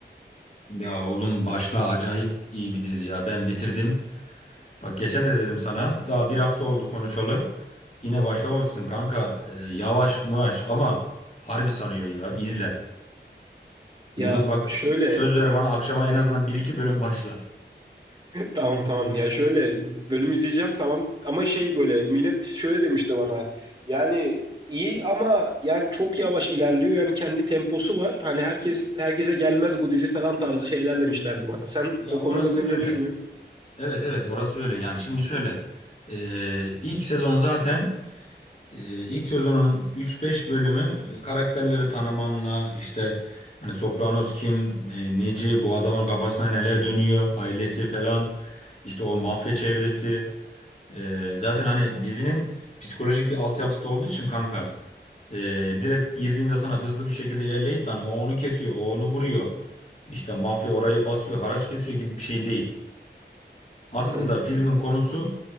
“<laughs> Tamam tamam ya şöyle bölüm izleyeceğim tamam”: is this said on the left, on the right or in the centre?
Right